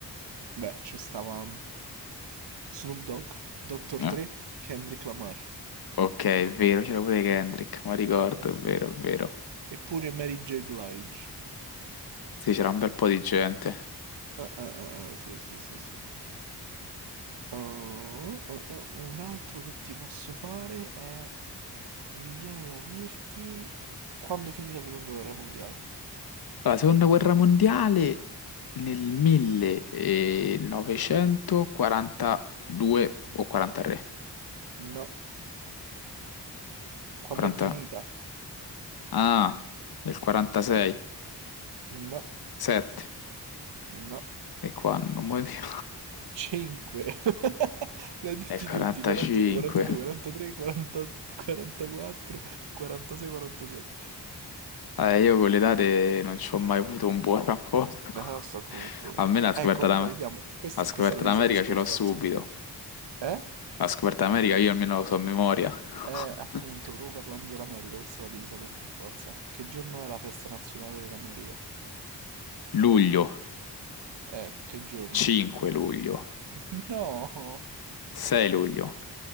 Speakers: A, on the right; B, on the left.
A: Beh, c'è stava Snoop Dogg, Dr.
B: Eh,
A: Dre, Kendrick Lamar.
B: Ok, è vero, c'era pure Kendrick, ma ricordo,
A: Eh sì.
B: è vero, è vero.
A: Eppure Mary J. Blige.
B: Sì, c'era un bel po' di gente.
A: Ah, ah, ah, ah, sì, sì, sì, sì. Ah, ah, ah, ah. un altro che ti posso fare è... Mi viene da dirti... Quando finì la seconda guerra mondiale?
B: La seconda guerra mondiale nel 1942 o 43?
A: No. Quando
B: 40...
A: è finita?
B: Ah, nel 46,
A: No,
B: 7.
A: no.
B: E qua non muoio più.
A: 5. <laughs> L'hai detti
B: <laughs> Nel 45.
A: tutti, 41, 42, 43, 40, 44, 46, 47.
B: Eh, io con le date non ci ho mai avuto un buon rapporto. <laughs>
A: Ah, sto come te.
B: A me la
A: Ecco,
B: scoperta
A: allora
B: d'Am-
A: vediamo. Questa,
B: la scoperta
A: questa la devi
B: d'America
A: sapere
B: ce
A: per
B: l'ho
A: forza.
B: subito.
A: Eh?
B: La scoperta d'America io almeno lo so a memoria. <laughs>
A: Eh, appunto, proprio parlando dell'America, questa la devi sapere per forza. Che giorno è la festa nazionale dell'America?
B: Luglio,
A: Eh, che giorno?
B: 5 luglio.
A: <laughs> No,
B: 6 luglio,